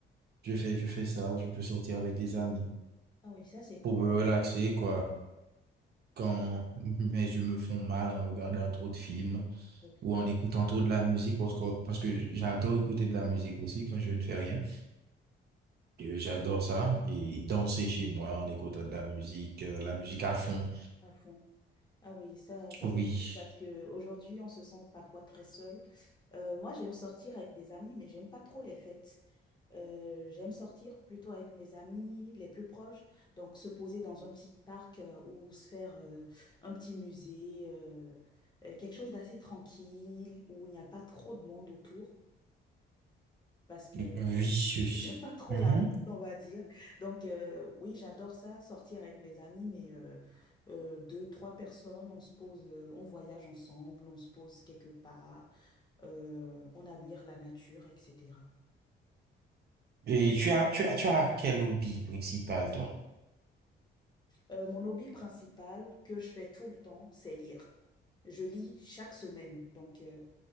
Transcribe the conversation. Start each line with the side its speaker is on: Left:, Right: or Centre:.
Right: je fais, je fais ça, je peux sortir avec des amis
Left: ah oui, ça c'est cool,
Right: pour me relaxer, quoi. Quand, <laughs> mais je me fais mal en regardant trop de films.
Left: produire
Right: ou en écoutant trop de la musique parce que, parce que j'adore écouter de la musique aussi quand je ne fais rien. Euh, J'adore ça et danser chez moi en écoutant de la musique, euh, la musique à fond.
Left: à fond. Ah oui, ça, ça
Right: Oui.
Left: c'est cool parce que aujourd'hui on se sent parfois très seul. Euh, moi j'aime sortir avec des amis, mais j'aime pas trop les fêtes. Euh, j'aime sortir plutôt avec mes amis les plus proches, donc se poser dans un petit parc euh, ou se faire euh, un petit musée, euh, euh, quelque chose d'assez tranquille où il n'y a pas trop de monde autour. parce que
Right: Vicious.
Left: J'aime pas trop
Right: Mhm.
Left: la foule, on va dire. Donc, euh, oui, j'adore ça, sortir avec mes amis, mais euh, euh, deux, trois personnes, on se pose, euh, on voyage ensemble, on se pose quelque part, euh, on admire la nature, etc.
Right: Et tu as, tu as, tu as quel hobby principal, toi?
Left: Euh, mon hobby principal que je fais tout le temps, c'est lire. Je lis chaque semaine, donc euh,